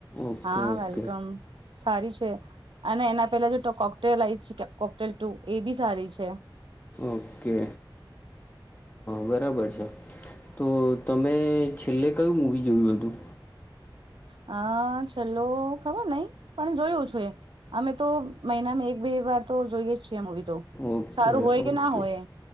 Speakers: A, on the left (about 20°); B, on the right (about 80°).
A: ઓકે
B: હા
A: ઓકે.
B: વેલકમ સારી છે, અને એના પેલા જો ટ કોકટેલ આ કોકટેલ ટુ એ બી સારી છે.
A: ઓકે. બરાબર છે, તો તમે છેલ્લે કયું મૂવી જોયું હતું.
B: હા ચલો ખબર નહ પણ જોયું છું એ. અમે તો મહિનામાં એક બે વાર તો જોઈએ જ છીએ મૂવી
A: ઓકે
B: સારું
A: ઓકે
B: હોય કે
A: ઓકે.
B: ના હોય